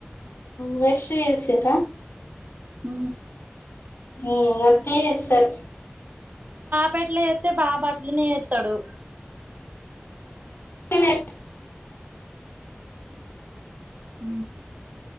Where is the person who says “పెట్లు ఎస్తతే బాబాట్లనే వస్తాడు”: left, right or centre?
Right